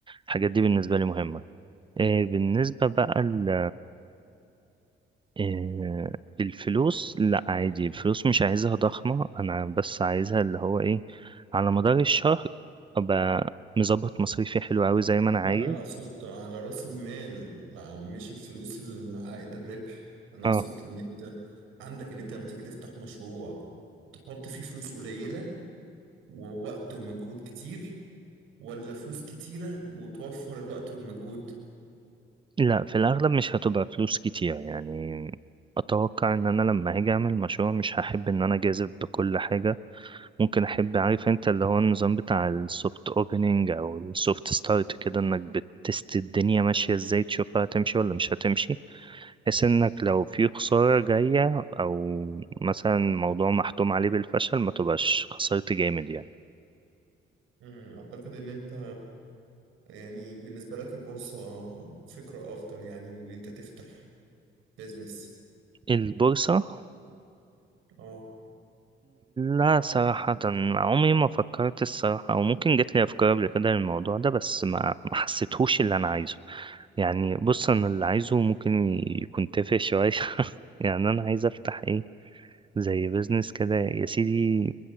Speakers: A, on the right; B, on the right.
A: الحاجات دي بالنسبة لي مهمة آه، بالنسبة بقى ل- آه، الفلوس لا عادي الفلوس مش عايزها ضخمة أنا بس عايزها اللي هو إيه على مدار الشهر أبقى مظبط مصاريفي حلو أوي زي ما أنا عايز
B: لا انا اقصد على راس المال لا، مش الفلوس اللي عائد الربح انا
A: اه
B: اقصد ان انت عندك ان انت لما تيجي تفتح مشروع تحط فيه فلوس قليلة ووقت ومجهود كتير ولا فلوس كتيرة وتوفر الوقت والمجهود
A: لا في الأغلب مش هتبقى فلوس كتير يعني أتوقع إن أنا لما هاجي أعمل مشروع مش هحب إن أنا أجازف بكل حاجة ممكن احب عارف انت اللي هو النظام بتاع السوفت اوبننج او السوفت ستارت كده انك بتست الدنيا ماشيه ازاي تشوفها هتمشي ولا مش هتمشي بحيث انك لو في خساره جايه او مثلا موضوع محتوم عليه بالفشل ما تبقاش خسرت جامد يعني
B: مم، اعتقد ان انت يعني بالنسبة لك البورصة فكرة افضل يعني من ان انت تفتح بيزنس
A: البورصه
B: اه
A: لا صراحة عمري ما فكرت الصراحة أو ممكن جات لي أفكار قبل كده للموضوع ده بس ما ما حسيتهوش اللي أنا عايزه يعني بص أنا اللي عايزه ممكن يكون تافه شوية <laughs> يعني أنا عايز أفتح إيه؟ زي بيزنس كده يا سيدي